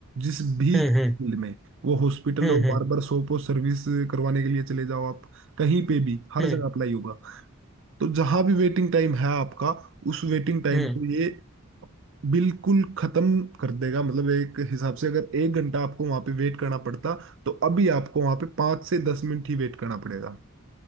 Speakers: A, on the right (about 60°); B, in the centre.
A: जिस भी
B: हम्म हम्म
A: फील्ड में वो हॉस्पिटल
B: हम्म
A: हो बार्बर शॉप हो सर्विस करवाने के लिए चले जाओ आप कहीं पे भी हर
B: हम्म
A: जगह अप्लाई होगा तो जहां भी वेटिंग टाइम है आपका उस वेटिंग टाइम
B: हम्म
A: को ये बिल्कुल खत्म कर देगा मतलब एक हिसाब से अगर एक घंटा आपको वहां पे वेट करना पड़ता तो अभी आपको वहां पे पाँच से दस मिनट ही वेट करना पड़ेगा